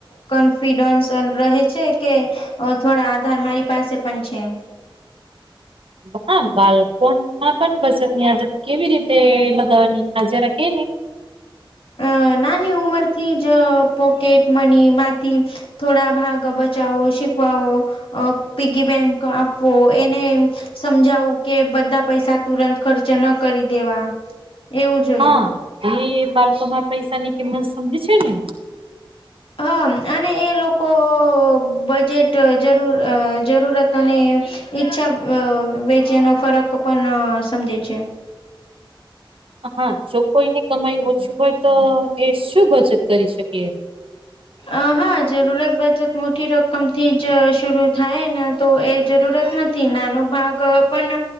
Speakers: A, on the left; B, on the right.
A: કોન્ફિડન્સ રહે છે કે થોડા આધાર મારી પાસે પણ છે
B: હા બાળપણમાં પણ બચત ની આદત કેવી રીતે લગાવવાની આજરા કે ને.
A: હ નાની ઉંમર થી જ પોકેટ મનીમાંથી થોડા ભાગ બચાવો. પીગી બેંકો આપવો એને સમજાવું કે બધા પૈસા તુરંત ખર્ચ ન કરી દેવા એવું જોઈએ
B: હા એ બાળકોમાં પૈસાની કિંમત સમજે છે ને
A: હ અને એ લોકો બજેટ જરૂર જરૂરત અને. ઈચ્છા વેચેનો ફરક પણ સમજે છે
B: હા જો કોઈની કમાઈ ઓછી હોય તો એ શું બચત કરી શકીએ
A: અ હા જરૂરત બચત મોટી રકમથી જ શરૂ થાય ને તો એ જરૂરત નથી. થી નાનો ભાગ પણ